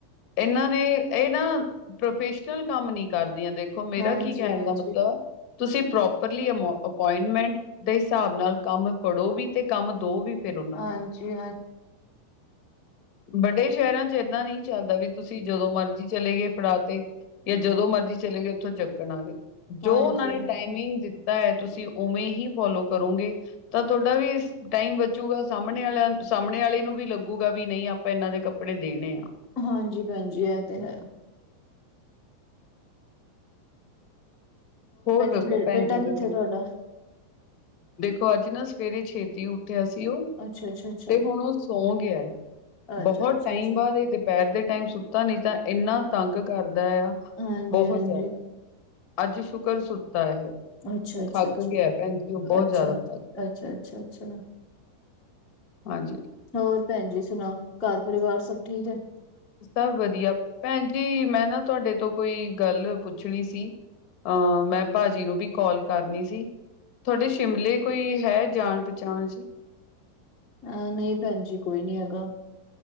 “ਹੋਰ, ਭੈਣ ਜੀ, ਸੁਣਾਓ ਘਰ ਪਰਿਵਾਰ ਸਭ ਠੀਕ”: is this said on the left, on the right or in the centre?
Left